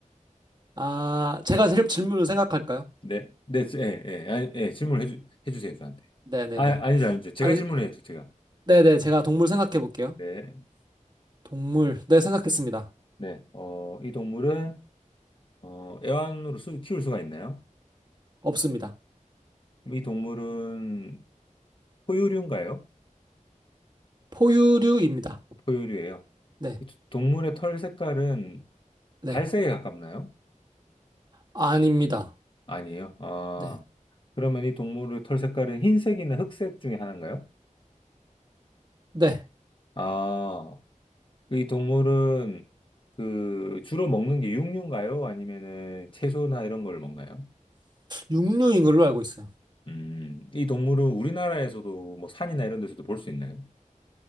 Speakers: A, on the right; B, on the left.
A: 아, 제가 질- 질문을 생각할까요?
B: 네, 네, 예, 예, 아니, 예, 질문을 해주, 해주세요, 저한테.
A: 네네네.
B: 아, 아니죠, 아니죠. 제가
A: 아니,
B: 질문을 해야죠, 제가.
A: 네네, 제가 동물 생각해 볼게요.
B: 네,
A: 동물, 네, 생각했습니다.
B: 네. 어, 이 동물은 어, 애완으로 수, 키울 수가 있나요?
A: 없습니다.
B: 이 동물은 포유류인가요?
A: 포유류입니다.
B: 포유류예요.
A: 네,
B: 이 두- 동물의 털 색깔은
A: 네.
B: 갈색에 가깝나요?
A: 아닙니다.
B: 아니에요. 아,
A: 네,
B: 그러면 이 동물의 털 색깔은 흰색이나 흑색 중에 하나인가요?
A: 네.
B: 아, 이 동물은 그 주로 먹는 게 육류인가요? 아니면은 채소나 이런 걸 먹나요?
A: 육류인 걸로 알고 있어요.
B: 음, 이 동물은 우리나라에서도 뭐 산이나 이런 데서도 볼 수 있나요?